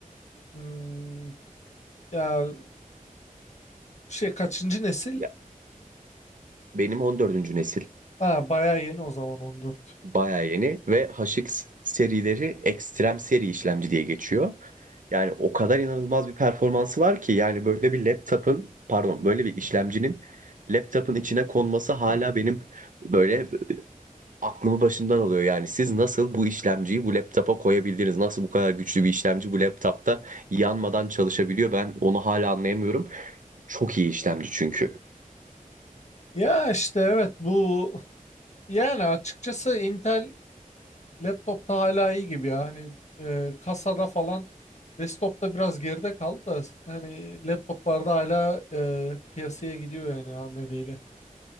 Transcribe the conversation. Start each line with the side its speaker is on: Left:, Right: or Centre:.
Left: Hmm, ya şey kaçıncı nesil?
Right: Ya, benim on dördüncü nesil.
Left: Ha bayağı yeni o zaman 14.
Right: Bayağı yeni ve HX serileri ekstrem seri işlemci diye geçiyor. Yani o kadar inanılmaz bir performansı var ki yani böyle bir laptop'un pardon böyle bir işlemcinin laptop'un içine konması hala benim böyle aklımı başımdan alıyor. Yani siz nasıl bu işlemciyi bu laptop'a koyabildiniz? Nasıl bu kadar güçlü bir işlemci bu laptop'ta yanmadan çalışabiliyor? Ben onu hala anlayamıyorum. Çok iyi işlemci çünkü.
Left: Ya işte evet bu yani açıkçası Intel laptopta hala iyi gibi ya. Hani e, kasada falan Desktop'ta biraz geride kaldı da yani laptoplarda hala e, kıyasıya gidiyor yani AMD ile.